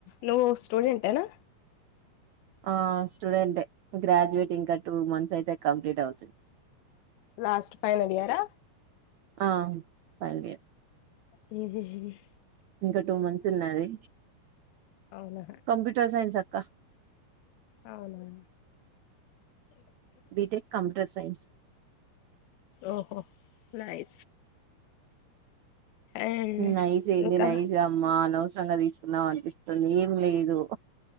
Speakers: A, on the left; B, on the right.
A: నువ్వు స్టూడెంటేనా
B: ఆ స్టూడెంటే గ్రాడ్యుయేట్ ఇంకా టూ మంత్స్ అయితే కంప్లీట్ అవుతది
A: లాస్ట్ ఫైనల్ ఇయరా
B: ఆ ఫైనలియర్
A: మ్మ్ హ్మ్మ్
B: ఇంకా టూ మంత్స్ ఉన్నది
A: అవునా
B: కంప్యూటర్ సైన్స క్క
A: అవున
B: బీటెక్ కంప్యూటర్ సైన్స్
A: ఓహో నయి అండ్
B: నైస్ అయింది
A: ఇంకా
B: నైస్ అమ్మా అనవసరంగా తీసుకున్నాం అనిపిస్ తంది ఏం లేదు